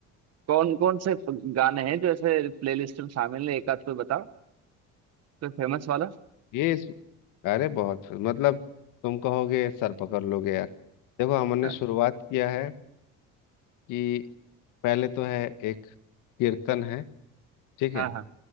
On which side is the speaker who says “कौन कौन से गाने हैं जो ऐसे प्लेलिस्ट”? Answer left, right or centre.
Right